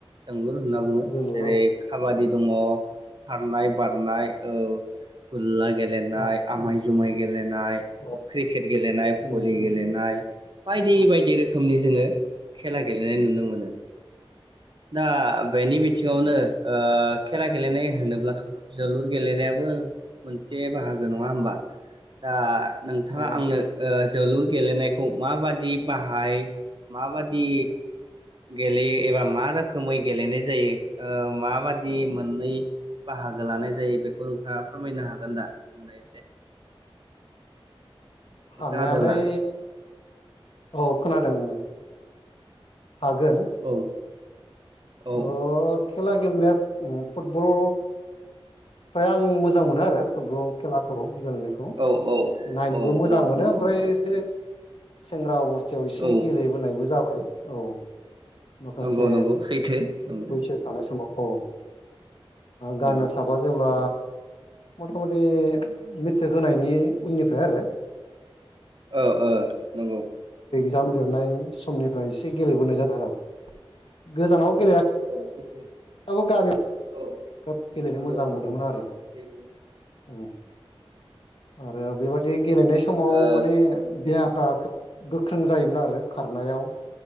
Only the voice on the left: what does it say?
जोलुर
औ
औ
उम
औ
उम
उम
औ
अ
हानायालाय
औ खोनादों उ हागोन।
अ खेला गेलनाया उम फुटबल आं मोजां मोनो आरो फुटबल। खेलाखौ गेलेनायखौ
नायनोखौ
मोजां
मोनो
ओमफ्राय एसे सेेंग्रा अबस्थ थायाव एसे
गेलेबोनायबो जाबाय। औ। माखासे
बैसो थानाय समाव औ। गामियाव
था वा जेब्ला मथा मथि मेट्रिक होनायनि उननिफ्राय आरो
जाम लिरनाय समनिफ्राय एसे गेलेबोनाय जादों आरो गोजानावनो
गेलेया
<unintelligible> बो गामि
खोब गेलेनो
मोजां
मोनोमोन आरो
उ आरो बेबादि गेलेनाय समाव
माने देहाफ्रा खोब गोख्रों जायोमोन आरो खारनायाव